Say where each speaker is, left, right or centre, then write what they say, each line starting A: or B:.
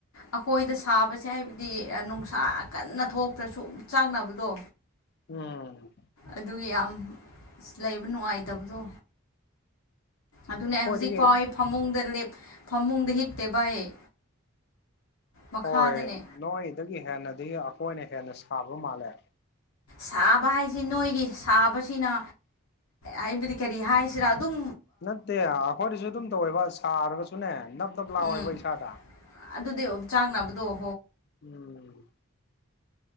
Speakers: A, on the left; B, on the left.
A: ꯑꯩꯈꯣꯢꯗ ꯁꯥꯕꯁꯦ ꯍꯥꯢꯕꯗꯤ ꯅꯨꯡꯁꯥ ꯀꯟꯅ ꯊꯣꯛꯇ꯭ꯔꯁꯨ ꯆꯥꯛꯅꯕꯗꯣ
B: ꯎꯝ
A: ꯑꯗꯨꯒꯤ ꯌꯥꯝ ꯂꯩꯕ ꯅꯨꯡꯉꯥꯢꯇꯕꯗꯣ ꯑꯗꯨꯅꯦ
B: ꯑꯩꯈꯣꯏꯗꯒꯤ
A: ꯑꯩ ꯍꯧꯖꯤꯛ ꯐꯥꯎ ꯑꯩ ꯐꯃꯨꯡꯗ ꯂꯦꯞ ꯐꯃꯨꯡꯗ ꯍꯤꯞꯇꯦꯕ ꯑꯩ ꯃꯈꯥꯗꯅꯦ
B: ꯍꯣꯢ ꯅꯣꯢꯗꯒꯤ ꯍꯦꯟꯅꯗꯤ ꯑꯈꯣꯢꯅ ꯍꯦꯟꯅ ꯁꯥꯕ ꯃꯥꯜꯂꯦ
A: ꯁꯥꯕ ꯍꯥꯢꯁꯤ ꯅꯣꯢꯒꯤ ꯁꯥꯕꯁꯤꯅ ꯑꯥꯢꯕꯗꯤ ꯀꯔꯤ ꯍꯥꯢꯁꯤꯔꯥ ꯑꯗꯨꯝ
B: ꯅꯠꯇꯦ ꯑꯈꯣꯢꯗꯁꯨ ꯑꯗꯨꯝ ꯇꯧꯋꯦꯕ ꯁꯥꯔꯒꯁꯨꯅꯦ ꯅꯞ ꯅꯞ ꯂꯥꯎꯋꯦꯕ
A: ꯎꯝ
B: ꯏꯁꯥꯗ
A: ꯑꯗꯨꯗꯤ ꯑꯣꯝꯆꯥꯡꯅꯕꯗꯣ ꯍꯣ
B: ꯎꯝ